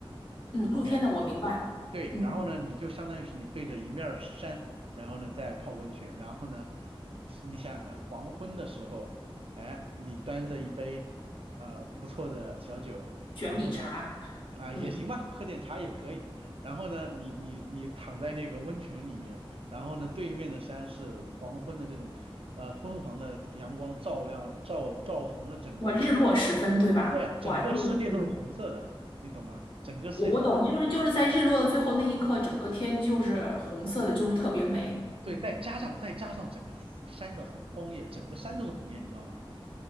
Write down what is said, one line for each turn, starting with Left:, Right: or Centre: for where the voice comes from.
Left: 嗯，露天的我明白。
Right: ，OK，对，
Left: 嗯，
Right: 然后呢，你就相当于是你对着一面儿山，然后呢再泡温泉，然后呢，你想想看，黄昏的时候，哎，你端着一杯呃不错的小酒，
Left: 卷米茶。
Right: 然后呢，啊、也行吧，
Left: 嗯，
Right: 喝点茶也可以，然后呢，你你你躺在那个温泉里面，然后呢，对面的山是黄昏的这种呃昏黄的阳光照亮照照红了整个，
Left: 哇，
Right: 就
Left: 日落时分，对吧？
Right: 对啊，整个世界都是红色的，
Left: 哇，就嗯，
Right: 你懂吗？整个世界都是红色的
Left: 我我懂，就是就是在日落的最后那一刻，整个天就是红色的，就是特别美。
Right: 对，
Left: 嗯，
Right: 再加上再加上整个山的红枫叶，整个山都是红叶，你知道吗？